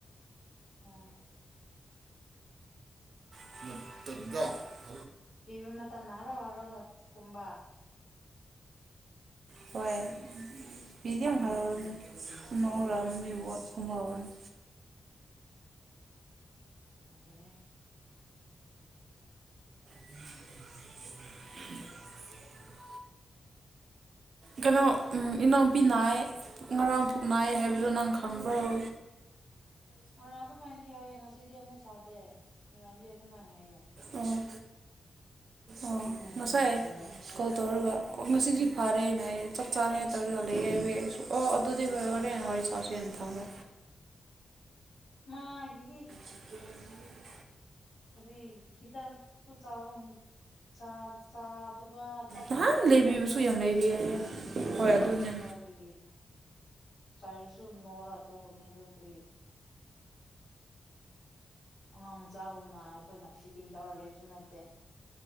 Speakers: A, on the left; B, on the right.
A: ꯎꯝ
B: <unintelligible>
A: ꯄꯤꯕ ꯃ ꯅ ꯍꯔꯥꯎ ꯍꯔꯥꯎ ꯅ ꯈꯨꯝꯕꯥ
B: ꯍꯣꯏꯌꯦ ꯄꯗꯤ ꯌꯥꯝ ꯍꯥꯏꯔꯅꯤ ꯎꯔ ꯃꯕ ꯍꯣꯡꯉꯥꯎꯅꯤ
A: <unintelligible>
B: <inaudible> ꯀꯩꯅꯣ ꯏꯅꯥꯎꯄꯤ ꯅꯥꯏ ꯃꯔꯥꯡ ꯄꯨꯛ ꯅꯥꯏꯌꯦ ꯍꯥꯏꯕꯗꯤ ꯅꯪ ꯈꯪꯕ꯭ꯔꯧ
A: ꯉꯔꯥꯡ ꯑꯗꯨꯃꯥꯏꯅꯗꯤ ꯍꯥꯏꯌꯦ ꯉꯁꯤꯗꯤ ꯑꯃꯨꯛ ꯁꯥꯗꯦ ꯃꯣꯏꯔꯥꯡꯗꯤ ꯑꯗꯨꯃꯥꯏꯅ ꯍꯥꯏꯌꯦꯦ
B: ꯑꯣ ꯑꯣ
A: ꯀꯃꯥꯏꯅ
B: ꯉꯁꯥꯏ
A: ꯇꯧꯔꯤꯕ꯭ꯔꯥ
B: ꯀꯣ ꯇꯧꯔꯒ ꯑꯣ ꯉꯁꯤꯗꯤ ꯐꯔꯦꯅ ꯍꯥꯏꯌꯦ ꯆꯞ ꯆꯥꯅ ꯍꯥꯏ ꯇꯧꯔꯒ ꯂꯩ ꯍꯥꯏꯏꯕꯨ ꯌꯥꯏꯁꯨ ꯑꯣ ꯑꯗꯨꯗꯤ ꯍꯣꯏ ꯍꯣꯔꯦ ꯍ ꯁꯥꯥꯛꯁꯨ ꯍꯦ ꯊꯝꯃꯦ
A: ꯃꯥꯒꯤꯗꯤ
B: <inaudible>
A: ꯀꯔꯤ ꯍꯤꯗꯥꯛꯁꯨꯨ ꯆꯥꯕ ꯆꯥ ꯆꯗꯕ ꯆꯥꯛꯁꯨ
B: ꯅꯍꯥꯟ
A: ꯆꯥꯗꯕ
B: ꯂꯩꯕꯤꯕꯁꯨ
A: ꯀꯗꯥꯏꯗꯤ
B: ꯌꯥꯝ ꯂꯩꯔꯤ ꯍꯥꯏꯌꯦ
A: ꯍꯣꯏꯗꯥꯏ
B: ꯍꯣꯏ ꯑꯗꯨꯅꯦ
A: ꯀꯔꯤ ꯆꯥꯏꯔꯁꯨ ꯅꯣꯔ ꯇꯣꯛꯀꯅꯤ ꯑꯗꯣ ꯀꯔꯤ ꯑꯉꯥꯡ ꯃꯆꯥꯒꯨꯝꯅ ꯑꯩꯈꯣꯏꯅ ꯐꯤꯗꯤꯡ ꯇꯧꯔ ꯂꯩꯕꯁꯨ ꯅꯠꯇꯦ